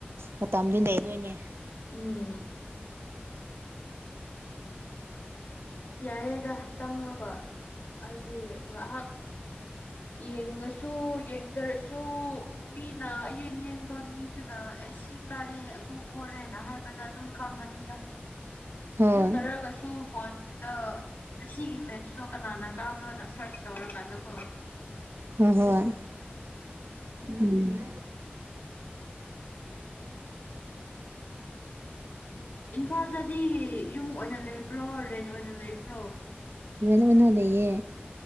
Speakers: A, on the right; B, on the left.
A: ꯃꯇꯝꯗꯤ ꯂꯩꯔꯣꯏꯅꯦ
B: ꯎꯝ ꯌꯥꯏꯌꯦꯗ ꯆꯪꯉꯒ ꯍꯥꯏꯗꯤ ꯉꯍꯥꯛ ꯌꯦꯡꯉꯁꯨ ꯌꯦꯡꯗꯔꯁꯨ꯫ ꯃꯤꯅ ꯑꯌꯦꯡ ꯌꯦꯡꯕ ꯃꯤꯗꯨꯅ ꯑꯦ ꯁꯤ ꯀꯥꯔꯦ ꯑꯗꯨ ꯄꯣꯔꯦꯅ ꯍꯥꯏꯕꯅꯠ꯫ ꯑꯗꯨꯝ ꯈꯪꯉꯅꯤꯗ
A: ꯍꯣꯏ
B: ꯅꯠꯇꯔꯒꯁꯨ ꯐꯣꯟꯗ꯫ ꯉꯁꯤꯒꯤ ꯃꯦꯠꯁꯇꯣ ꯀꯅꯥꯅ ꯀꯥꯕ꯭ꯔꯣꯅ ꯁꯔꯆ ꯇꯧꯔꯀꯥꯟꯗꯀꫭ꯫
A: ꯍꫭꯏ ꯍꯣꯏ ꯎꯝ꯫
B: ꯏꯝꯐꯥꯜꯗꯗꯤ ꯌꯨꯝ ꯑꯣꯏꯅ ꯂꯩꯕ꯭ꯔꯣ ꯔꯦꯟ ꯑꯣꯏꯅ ꯂꯩꯕ꯭ꯔꯣ꯫
A: ꯔ‌ꯦꯟ ꯑꫭꯏꯅ ꯂꯩꯌꯦ꯫